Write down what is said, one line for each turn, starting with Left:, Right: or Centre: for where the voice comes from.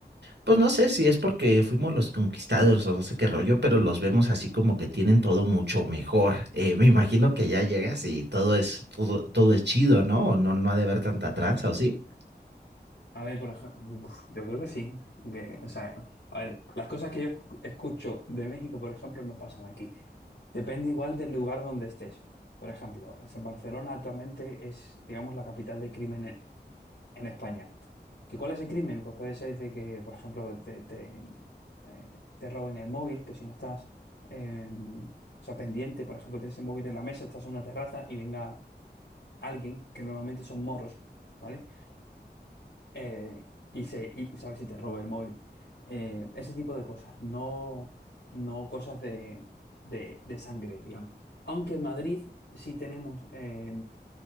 Right: pues no sé si es porque fuimos los conquistadores o no sé qué rollo, pero los vemos así como que tienen todo mucho mejor. Eh, me imagino que ya llegas y todo es, todo, todo es chido, ¿no? O No, no ha de haber tanta tranza, ¿o sí?
Left: A ver, por ejemplo, yo creo que sí. Que, o sea, a ver, las cosas que yo escu- escucho de México, por ejemplo, no pasan aquí. Depende igual del lugar donde estés. Por ejemplo, es en Barcelona actualmente es, digamos, la capital del crimen en España. ¿Que cuál es el crimen? Pues puede ser de que, por ejemplo, te, te, eh, te roben el móvil, que si no estás eh, o sea, pendiente, por ejemplo, tienes el móvil en la mesa, estás en una terraza y venga alguien, que normalmente son moros, ¿vale? Eh, y, se, y sabes si te roba el móvil. Eh, ese tipo de cosas, no, no cosas de, de, de sangre, digamos. Aunque en Madrid sí tenemos... eh,